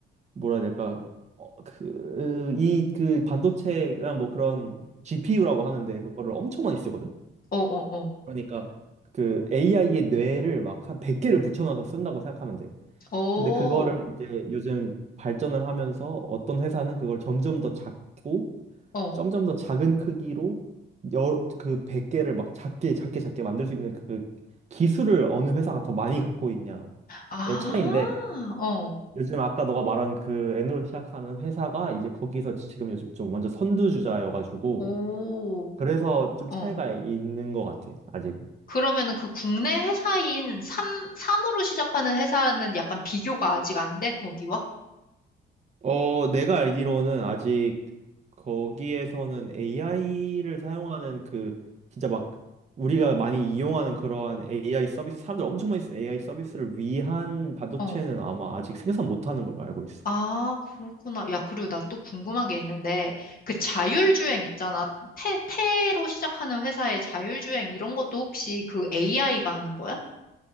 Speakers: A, on the right (about 35°); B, on the left (about 45°).
A: 뭐라 해야 될까? 어, 그, 이, 그, 반도체가 뭐 그런 GPU라고 하는데, 그거를 엄청 많이 쓰거든?
B: 어, 어, 어,
A: 그러니까 그 AI의 뇌를 막 한 100개를 붙여놔서 쓴다고 생각하면 돼.
B: 어,
A: 근데 그거를 이제 요즘 발전을 하면서 어떤 회사는 그걸 점점 더 작고
B: 어,
A: 점점 더 작은 크기로 여러 그 100개를 막 작게 작게 작게 만들 수 있는 그 기술을 어느 회사가 더 많이 갖고 있냐의
B: 아,
A: 차이인데
B: 어,
A: 요즘 아까 너가 말한 그 N으로 시작하는 회사가 이제 거기서 지금 요즘 좀 완전 선두주자여가지고
B: 오,
A: 그래서 좀
B: 어.
A: 차이가 있는 것 같아 아직.
B: 그러면은 그 국내 회사인 삼, 삼으로 시작하는 회사는 약간 비교가 아직 안 돼, 거기와?
A: 어, 내가 알기로는 아직 거기에서는 AI를 사용하는 그 진짜 막 우리가 많이 이용하는 그러한 AI 서비스, 사람들 엄청 많이 쓰는 AI 서비스를 위한 반도체는
B: 어.
A: 아마 아직 생산 못하는 걸로 알고 있어.
B: 아, 그렇구나. 야, 그리고 나 또 궁금한 게 있는데, 그 자율주행 있잖아. 태, 태로 시작하는 회사의 자율주행 이런 것도 혹시 그 AI가 하는 거야?